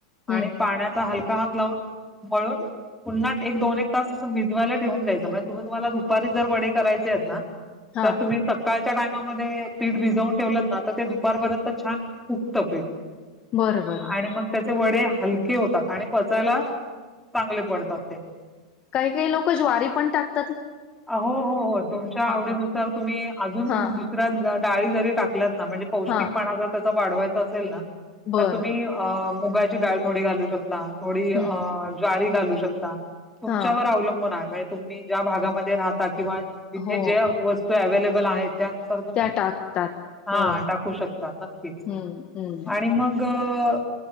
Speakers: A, on the left (about 35°); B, in the centre.
A: हं.
B: आणि पाण्याचा हलका हात लावून मळून पुन्हा एक दोन एक तासून भिजवायला ठेवून द्यायचं म्हजे तुम्ही तुम्हाला दुपारीत जर वडे करायचे आहेत ना
A: हां.
B: तर तुम्ही सकाळच्या टायमामध्ये सीठ भिजवून ठेवत नाता ते उपारपर्यंत छान उक्त पीठ
A: बरं, बरं, बरं.
B: आणि मग त्याचे वडे हलक होतात आणि पचायला चांगले पडतात ते
A: काही काही लोक ज्वारी पण टाक
B: हो हो हो तुमच्या आवडीनुसार
A: हां.
B: तुम्ही अजून
A: हां,
B: दुसऱ्यात जा डाळी जरी टाकल्या म्हणजे पौष्टिकपणा
A: हां.
B: ज वाढवायचं असेल ना
A: बरं.
B: तर तुम्ही अ मुगाची डाळथोडी घालू शकतात थोडी अ
A: हं.
B: जारी घालू शकता तुमच्यावर
A: हां.
B: अवलंबून आहे माहि तुम्ही ज्या भागामध्ये रहातात किंवा तिथे
A: हो,
B: ज्या वस्तू व अवेलेबल आहेत त्यानुसार तुम्ही
A: त्या टाकतात.
B: हा
A: हो.
B: टाकू शकता नक्कीच
A: हं, हं,
B: आणि मग अ.